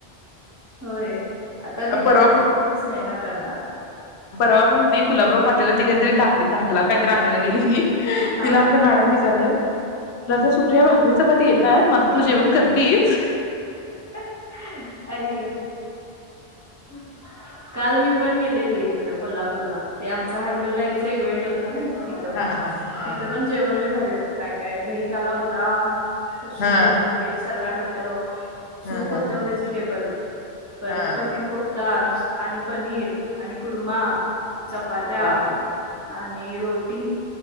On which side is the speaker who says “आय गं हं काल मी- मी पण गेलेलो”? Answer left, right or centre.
Right